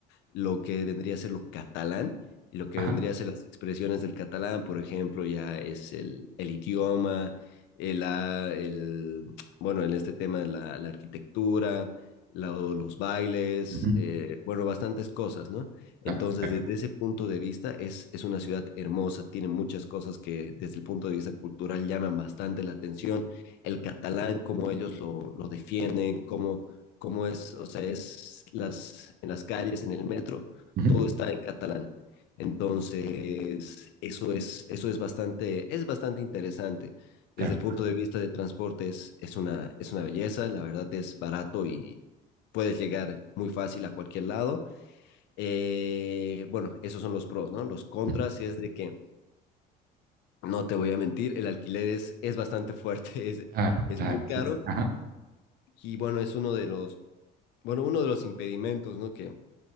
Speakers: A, on the left; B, on the right.
A: lo que vendría a ser lo catalán y lo que
B: ajá,
A: vendría a ser las expresiones del catalán, por ejemplo, ya es el, el idioma, el, ah, el, bueno, en este tema la, la arquitectura, la- los bailes,
B: ujú,
A: eh, bueno, bastantes cosas, ¿no? Entonces,
B: claro, claro,
A: desde ese punto de vista, es, es una ciudad hermosa, tiene muchas cosas que desde el punto de vista cultural llaman bastante la atención. El catalán, cómo ellos lo, lo defienden, cómo, cómo es, o sea, es las, en las calles, en el metro,
B: ujú,
A: todo está en catalán. Entonces, eso es, eso es bastante, es bastante interesante.
B: claro,
A: Desde el punto de vista de transporte es, es una, es una belleza, la verdad es barato y puedes llegar muy fácil a cualquier lado. Eh, bueno, esos son los pros, ¿no? Los contras
B: ujú,
A: es de que, no te voy a mentir, el alquiler es, es bastante fuerte, <laughs> es,
B: claro,
A: es
B: claro,
A: muy caro
B: sí, sí, ajá,
A: y bueno, es uno de los, bueno, uno de los impedimentos, ¿no? Que